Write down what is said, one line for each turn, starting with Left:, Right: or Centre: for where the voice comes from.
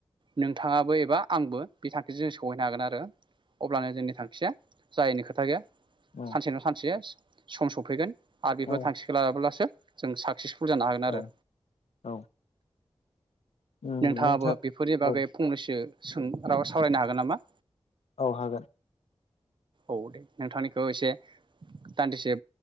Right: नों थाङाबो एबा आंबो बिथांखिजों जों सहैनो हागोन आरो। अब्लानो जोंनि थांखिया जायिनि खोथा गैया।
Left: औ
Right: सानसे नङा सानसे सम सफैगोन आरो बेफोर
Left: औ
Right: थांखिखौ लाब्लासो जों साक सेसपुल जानो हागोन
Left: औ
Right: आरो।
Left: औ उम
Right: नोंथाङाबो
Left: नोंथां
Right: बेफोरनि बागै
Left: औ
Right: फंनैसो सों राव सावरायनो हागोन नामा?
Left: औ हागोन।
Right: औ दे नोंथांनिखौ एसे दान्दिसे